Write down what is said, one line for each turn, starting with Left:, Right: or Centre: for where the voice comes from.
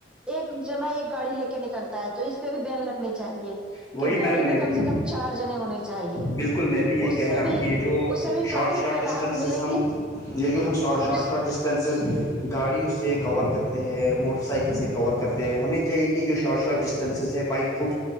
Centre: ایک جنا ایک گاڑی لے کے نکلتا ہے تو اس پہ بھی بین لگنی چاہیے
Left: وہی
Centre: کہ گاڑی
Left: میم
Centre: میں کم سے کم چار جنے ہونے چاہیے
Left: بالکل میں بھی یہی
Centre: اس
Left: کہہ
Centre: سے
Left: رہا ہوں
Centre: بھی
Left: کہ یہ جو
Centre: اس سے بھی ٹریفک
Left: شارٹ شارٹ
Centre: پہ
Left: ڈسٹینسز
Centre: راحت ملے
Left: ہم
Centre: گی
Left: یہ جو ہم سارٹ
Centre: پالوش
Left: شارٹ شارٹ ڈسٹینسز گاڑیوں سے کور کرتے ہیں موٹر سائیکل سے کور کرتے ہیں ہمیں چاہیے کہ جو شارٹ شاٹ ڈسٹینسز ہے بائی فٹ